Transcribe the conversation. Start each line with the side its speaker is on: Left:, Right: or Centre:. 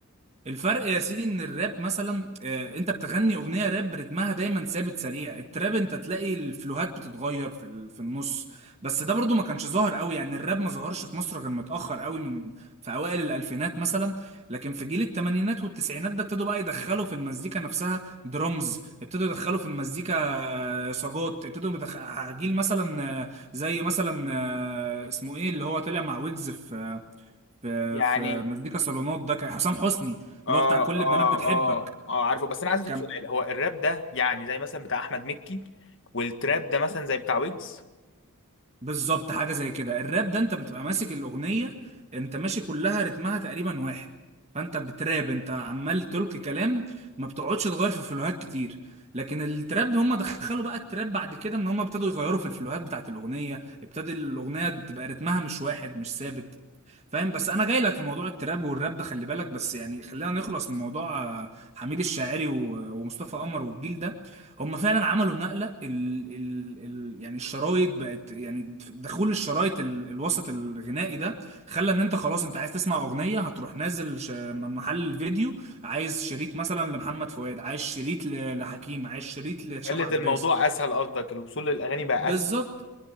Right: الفرق يا سيدي ان الراب مثلا آه، انت بتغني اغنيه راب رتمها دايما ثابت سريع التراب انت تلاقي الفلوهات بتتغير في ال- في النص بس ده برضو ما كانش ظاهر قوي يعني الراب ما ظهرش في مصر غير متاخر قوي من في اوائل الالفينات مثلا لكن في جيل الثمانينات والتسعينات ده ابتدوا بقى يدخلوا في المزيكا نفسها درمز ابتدوا يدخلوا في المزيكا آه، صاجات ابتدوا بدخ... جيل مثلا آه، زي مثلا آه، اسمه ايه اللي هو طلع مع ويجز في في
Left: يعني
Right: في مزيكا صالونات ده كان حسام حسني اللي
Left: اه
Right: هو بتاع كل
Left: اه
Right: البنات بتحبك
Left: اه اه عارفه بس انا عايز اسالك
Right: كان
Left: سؤال هو الراب ده يعني زي مثلا بتاع احمد مكي والتراب ده مثلا زي بتاع ويجز
Right: بالظبط حاجه زي كده الراب ده انت بتبقى ماسك الاغنيه انت ماشي كلها رتمها تقريبا واحد فانت بتراب انت عمال تلقي كلام ما بتقعدش تغير في الفلوهات كتير لكن التراب هم دخلوا بقى التراب بعد كده ان هم ابتدوا يغيروا في الفلوهات بتاعت الاغنيه ابتدى الاغنيه تبقى رتمها مش واحد مش ثابت فاهم بس انا جاي لك في موضوع التراب والراب ده خلي بالك بس يعني خلينا نخلص من موضوع آه، حميد الشاعري و- ومصطفى قمر والجيل ده هم فعلا عملوا نقلة ال ال ال يعني الشرايط بقت يعني دخول الشرايط ال الوسط الغنائي ده خلى ان انت خلاص انت عايز تسمع اغنية هتروح نازل ش م- محل الفيديو عايز شريط مثلا لمحمد فؤاد عايز شريط ل- لحكيم عايز شريط لهشام
Left: خلت
Right: عباس
Left: الموضوع اسهل قصدك الوصول للاغاني
Right: بالظبط
Left: بقى